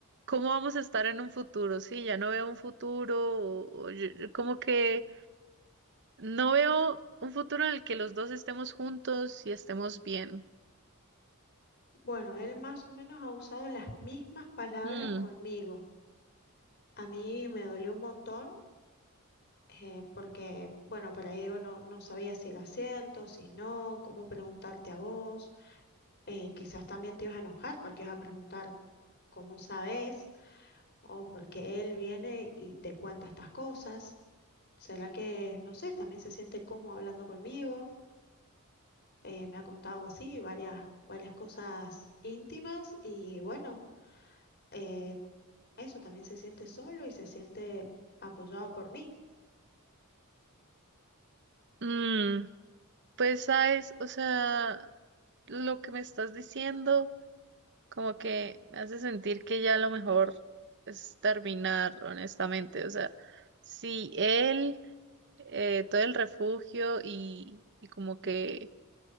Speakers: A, on the right (about 55°); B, on the left (about 50°).
A: cómo vamos a estar en un futuro, sí, ya no veo un futuro, o- o yo- yo como que no veo un futuro en el que los dos estemos juntos y estemos bien.
B: Bueno, él más o menos ha usado las mismas palabras
A: Mm,
B: conmigo. A mí me dolió un montón eh, porque, bueno, por ahí digo, no, no sabía si era cierto, si no, cómo preguntarte a vos. Eh, quizás también te ibas a enojar porque ibas a preguntar cómo sabes o porque él viene y te cuenta estas cosas. ¿Será que, no sé, también se siente cómodo hablando conmigo? Eh, me ha contado así varias, varias cosas íntimas y bueno, eh, eso también se siente solo y se siente apoyado por mí.
A: mm, pues sabes, o sea, lo que me estás diciendo como que me hace sentir que ya lo mejor es terminar, honestamente, o sea, si él, eh, todo el refugio y, y como que